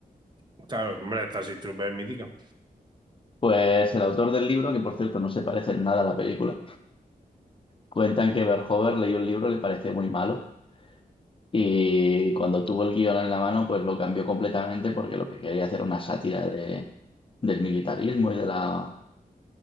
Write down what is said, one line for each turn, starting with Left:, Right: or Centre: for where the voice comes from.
Right: Está, hombre, Starship Troopers mítica.
Left: Pues el autor del libro, que por cierto no se parece en nada a la película, cuentan que Verhoeven leyó el libro y le pareció muy malo Y cuando tuvo el guión en la mano, pues lo cambió completamente porque lo que quería hacer era una sátira de, del militarismo y de la